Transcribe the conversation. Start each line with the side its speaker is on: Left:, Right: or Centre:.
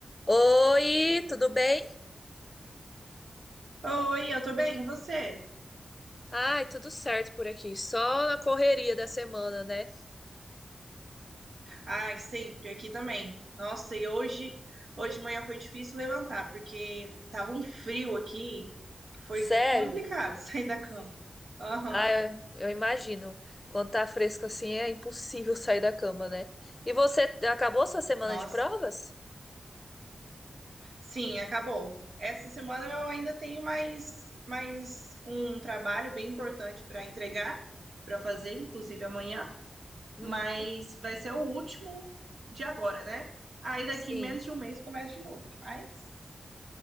Left: Oi, tudo bem?
Right: Oi, eu tô bem, e você?
Left: Ai, tudo certo por aqui. Só na correria da semana, né?
Right: Ai, sempre, aqui também. Nossa, e hoje, hoje de manhã foi difícil levantar, porque tava um frio aqui, que foi
Left: Sério?
Right: complicado <laughs> sair da cama. Aham,
Left: Ah, eu, eu imagino. Quando tá fresco assim, é impossível sair da cama, né? E você acabou sua semana
Right: Nossa.
Left: de provas?
Right: Sim, acabou. Essa semana eu ainda tenho mais, mais um trabalho bem importante para entregar, para fazer, inclusive amanhã,
Left: Uhum.
Right: mas vai ser o último de agora, né? Aí daqui
Left: Sim.
Right: menos de um mês começa de novo. Mas